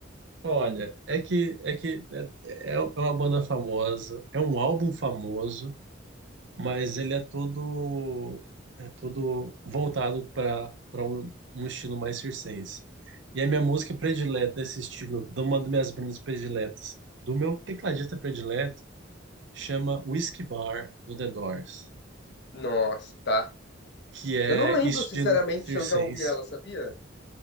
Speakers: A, on the right (about 65°); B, on the left (about 60°).
A: Olha, é que é que é, é uma banda famosa, é um álbum famoso. mas ele é todo é todo voltado para para um, um estilo mais circense. E a minha música predileta desse estilo, de uma das minhas bandas prediletas, do meu tecladista predileto, chama Whiskey Bar do The Doors,
B: Nossa, tá.
A: que é
B: Eu não lembro,
A: estilo
B: sinceramente,
A: circense.
B: se eu já ouvi ela, sabia?